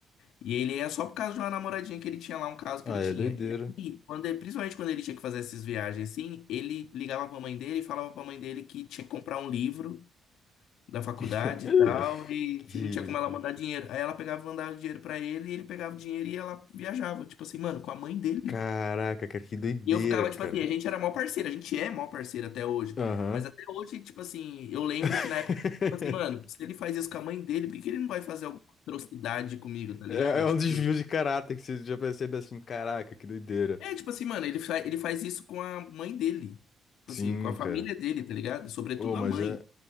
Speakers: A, on the left; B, on the left.
A: E ele é só por causa de uma namoradinha que ele tinha lá, um caso
B: Ah,
A: que ele tinha.
B: é doideira.
A: E aí, quando ele- principalmente quando ele tinha que fazer essas viagens assim, ele ligava pra mãe dele e falava pra mãe dele que tinha que comprar um livro da faculdade
B: <laughs>
A: e tal, e
B: Que
A: se
B: ridículo.
A: não tinha como ela mandar dinheiro. Aí ela pegava e mandava dinheiro pra ele, e ele pegava o dinheiro e ela viajava, tipo assim, mano, com a mãe dele.
B: Caraca, cara, que doideira,
A: E eu ficava,
B: cara.
A: tipo assim, a gente era mó parceiro, a gente é mó parceiro até hoje.
B: Aham.
A: Mas até hoje, tipo assim, eu lembro
B: <laughs>
A: que na época, eu falava assim, mano, se ele faz isso com a mãe dele, por que que ele não vai fazer alguma atrocidade comigo, tá ligado?
B: É, é um
A: Tipo.
B: desvio de caráter que você já percebe assim, caraca, que doideira.
A: É, tipo assim, mano, ele, fa ele faz isso com a mãe dele. Tipo
B: Sim,
A: assim, com a
B: cara.
A: família dele, tá ligado? Sobretudo
B: Ô, mas
A: a mãe.
B: é.